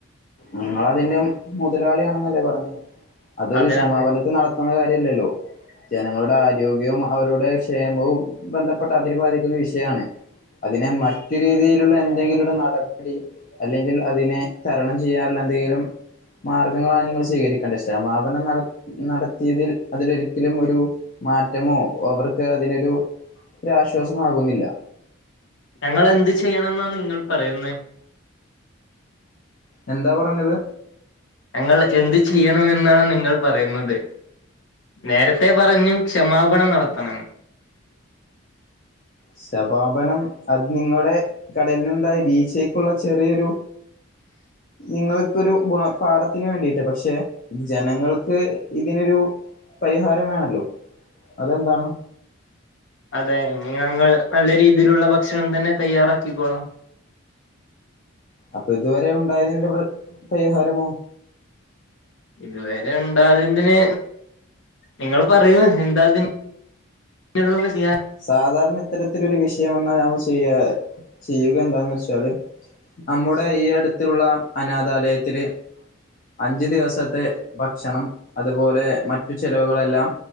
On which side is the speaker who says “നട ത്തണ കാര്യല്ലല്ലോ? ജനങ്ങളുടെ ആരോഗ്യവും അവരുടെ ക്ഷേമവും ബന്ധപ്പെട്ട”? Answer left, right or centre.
Left